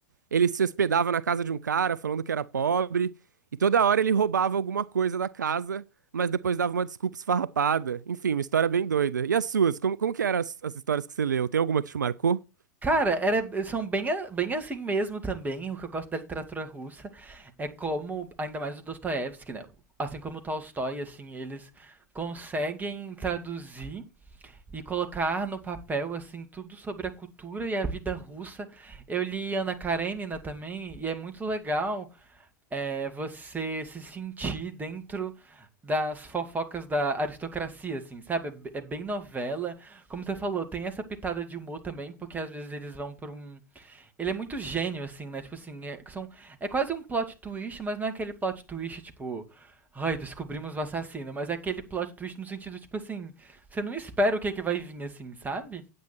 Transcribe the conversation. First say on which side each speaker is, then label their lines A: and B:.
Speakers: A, on the right; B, on the right.
A: ele se hospedava na casa de um cara falando que era pobre, e toda hora ele roubava alguma coisa da casa, mas depois dava uma desculpa esfarrapada. Enfim, uma história bem doida. E as suas? Como, como que eram as, as histórias que você leu? Tem alguma que te marcou?
B: Cara, era, são bem, a- bem assim mesmo também. O que eu gosto da literatura russa é como, ainda mais o Dostoiévski, né? Assim como o Tolstói, assim, eles conseguem traduzir e colocar no papel, assim, tudo sobre a cultura e a vida russa. Eu li Ana Karenina também, e é muito legal é você se sentir dentro das fofocas da aristocracia, assim, sabe? É b- é bem novela. Como você falou, tem essa pitada de humor também, porque às vezes eles vão pra um ele é muito gênio, assim, né? Tipo assim, é, são, é quase um plot twist, mas não é aquele plot twist, tipo. Ai, descobrimos o assassino, mas é aquele plot twist no sentido, tipo assim, você não espera o que é que vai vir, assim, sabe?